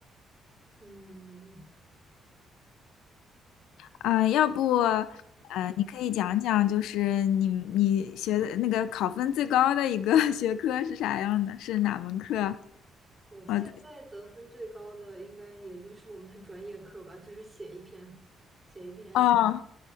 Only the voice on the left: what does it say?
啊，要不呃，你可以讲讲，就是你你学的那个考分最高的一个 <laughs> 学科是啥样的？是哪门课啊？
我在
哦